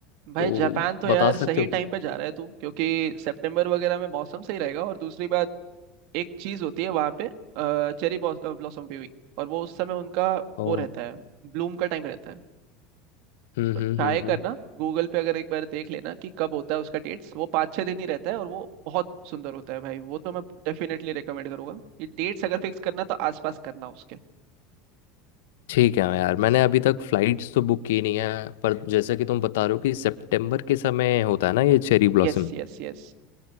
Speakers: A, on the right; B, on the left.
A: भाई
B: तो
A: जापान तो
B: बता
A: यार सही
B: सकते हो
A: टाइम
B: क्या
A: पे जा रहा है तू क्योंकि सितंबर वगैरह में मौसम सही रहेगा और दूसरी बात एक चीज होती है वहां पे चेरी ब्लॉसम व्यूइंग और वो उस समय उनका
B: ओ
A: वो रहता है ब्लूम का टाइम रहता है
B: हम्म
A: तो ट्राई
B: हम्म हम्म हम्म।
A: करना गूगल पे अगर एक बार देख लेना कि कब होता है उसका डेट्स वो पाँच छः दिन ही रहता है और वो बहुत सुंदर होता है भाई वो तो मैं डेफिनेटली रिकमेंड करूंगा ये डेट्स अगर फिक्स करना तो आसपास करना उसके
B: ठीक है यार मैंने अभी तक फ्लाइट्स तो बुक की नहीं है पर जैसे कि तुम बता रहे हो कि सितंबर के समय होता है ना ये चेरी ब्लॉसम
A: Yes yes yes